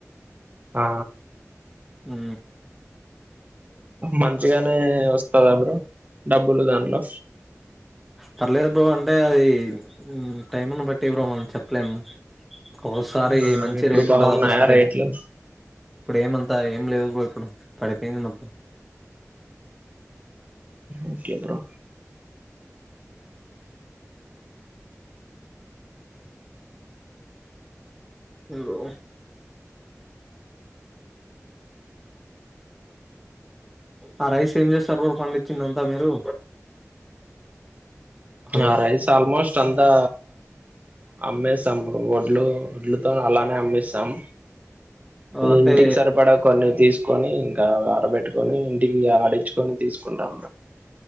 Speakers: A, on the right; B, in the centre.
A: ఆ
B: హు
A: మంచిగానే వస్తందా బ్రో డబ్బులు దాంట్లో
B: పర్లేదు బ్రో అంటే అది టైంను బట్టి బ్రో మనం చెప్పలేం ఒకసారి
A: ఆ
B: మంచి
A: ఇప్పుడు
B: రేట్
A: బాగున్నాయా
B: ఉంటది ఒకసారి
A: రేట్లు
B: ఇప్పుడు ఏము అ ఏం లేదు కూడా ఇప్పుడు పడిపోయింది మొత్తం
A: ఓకే బ్రో
B: హలో ఆ రైస్ ఏం చేస్తారు పండించింది అంతా మీరు హలో
A: ఆ రైస్ ఆల్మోస్ట్ అంతా అమ్మేస్తాం బ్రో వడ్లు వడ్లుతో అలా అమేస్తాం
B: ఆ అంటే
A: ఇంటికి సరిపడా కొని తీసుకొని ఇంకా ఆరబెట్టుకొని ఇంటికి ఆడించుకొని తీసుకుంటాం